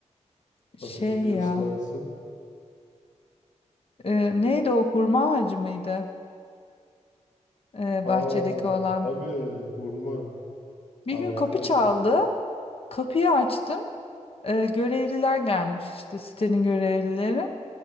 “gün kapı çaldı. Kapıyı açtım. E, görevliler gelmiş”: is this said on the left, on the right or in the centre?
Left